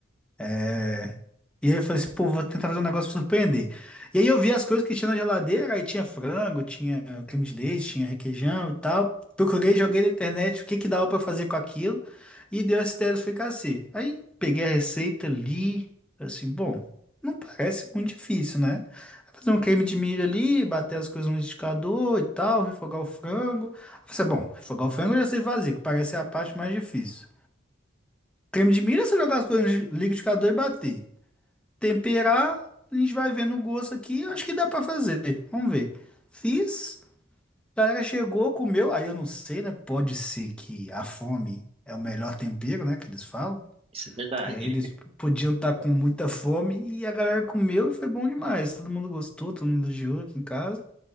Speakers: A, in the centre; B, on the right.
A: É. E aí eu falei assim, pô, vou tentar fazer um negócio pra surpreender. E aí eu vi as coisas que tinha na geladeira, aí tinha frango, tinha creme de leite, tinha requeijão e tal. Procurei, joguei na internet o que que dava pra fazer com aquilo e deu essa ideia do fricassê. Aí peguei a receita, li, falei assim, bom, não parece muito difícil, né? Fazer um creme de milho ali, bater as coisas no liquidificador e tal, refogar o frango. Eu Falei, assim, bom, refogar o frango eu já sei fazer, que parece a parte mais difícil. Creme de milho é você jogar as coisas no liquidificador e bater temperar, a gente vai vendo o gosto aqui, eu acho que dá pra fazer. Vamos ver. Fiz, a galera chegou, comeu, aí eu não sei, né? Pode ser que a fome é o melhor tempero, né, que eles falam.
B: Isso é verdade.
A: E aí eles podiam estar com muita fome e a galera comeu e foi bom demais. Todo mundo gostou, todo mundo elogiou aqui em casa.